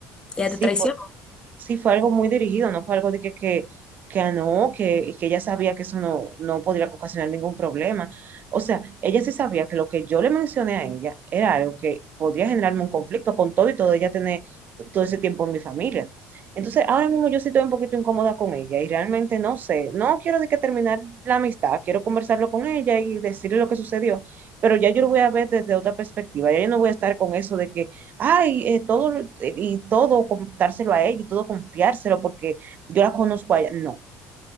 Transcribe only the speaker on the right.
sí,
fue- Sí, fue algo muy dirigido, no fue algo de que, que, que ah, no, que, que ella sabía que eso no, no podría ocasionar ningún problema. O sea, ella sí sabía que lo que yo le mencioné a ella era algo que podría generarme un conflicto con todo y todo ella tener t- todo ese tiempo en mi familia. Entonces, ahora mismo yo sí estoy un poquito incómoda con ella y realmente no sé, no quiero de que terminar la amistad, quiero conversarlo con ella y decirle lo que sucedió, pero ya yo lo voy a ver desde otra perspectiva, ya yo no voy a estar con eso de que Ay, eh, todo, lo- eh, y todo contárselo a ella y todo confiárselo porque yo la conozco a ella. No,